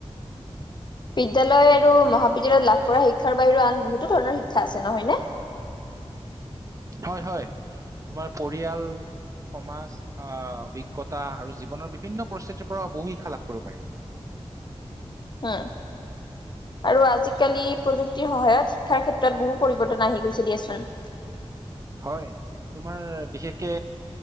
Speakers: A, on the left (about 45°); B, on the right (about 30°).
A: বিদ্যয়ালয় আৰু মহাবিদ্যালয়ত লাভ কৰা শিক্ষাৰ বাহিৰেও আন বহুতো ধৰণৰ শিক্ষা আছে নহয় ন
B: হয় হয় তোমাৰ পৰিয়াল সমাজ আহ অভিজ্ঞতা আৰু জীৱনৰ বিভিন্ন পৰিস্থিতিৰ পৰা বহু শিক্ষা লাভ কৰিব পাৰি
A: উম আৰু আজিকালি প্ৰযুক্তিৰ সহায়ত শিক্ষাৰ ক্ষেত্ৰত বহু পৰিৱৰ্তন আহি গৈছে দিয়াচোন
B: হয় তোমাৰ বিশেষকে